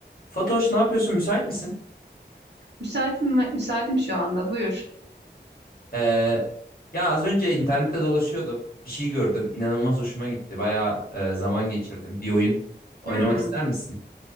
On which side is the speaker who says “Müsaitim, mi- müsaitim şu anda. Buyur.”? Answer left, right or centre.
Right